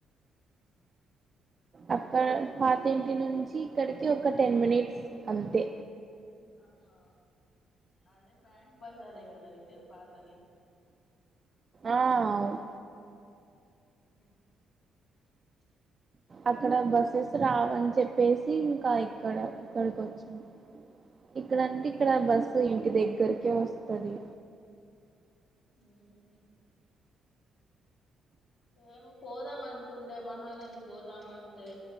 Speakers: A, on the right; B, on the left.
A: అక్క పాతి ఇంటి నుంచి ఇక్కడికి ఒక టెన్ మినిట్స్ అంతే
B: ఆహా అదే బ్యాంక్ బజారే కదా అయితే పాతది
A: ఆ అవును
B: అ
A: అక్కడ బస్సెస్ రావని చెప్పేసి ఇంకా ఇక్కడ ఇక్కడికి వచ్చినం ఇక్కడంటే ఇక్కడ బస్సు ఇంటి దగ్గరకే వస్తది
B: ఆ హా ఏమో పోదామంటుండే మహానంది పోదామంటే